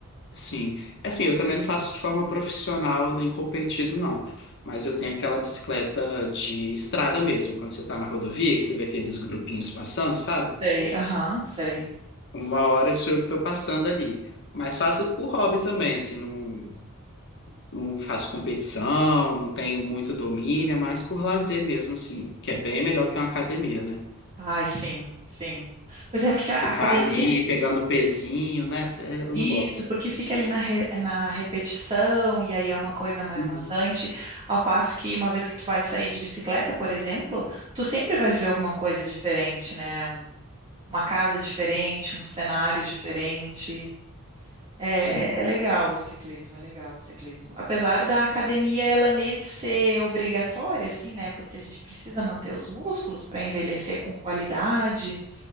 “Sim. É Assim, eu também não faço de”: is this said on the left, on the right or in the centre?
Left